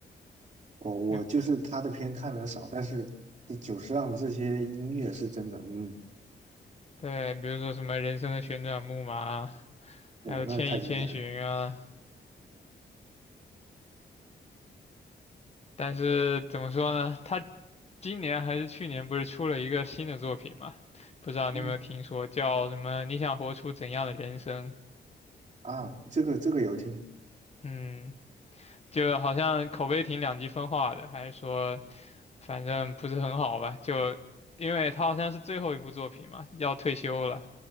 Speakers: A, on the right; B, on the left.
A: 我我就是他的片看的少，
B: 比
A: 但是这久石让的这些音乐是真的，嗯，
B: 对，比如说什么《人生的旋转木马》啊还有《千与千寻》啊。
A: 我那太经典了，
B: 但是怎么说呢？他今年还是去年不是出了一个新的作品嘛？不知道你有没有听说，
A: 嗯
B: 叫什么？你想活出怎样的人生？
A: 啊，这个这个有听，
B: 嗯，就好像口碑挺两极分化的，还是说，反正不是很好吧？就因为他好像是最后一部作品嘛，要退休了，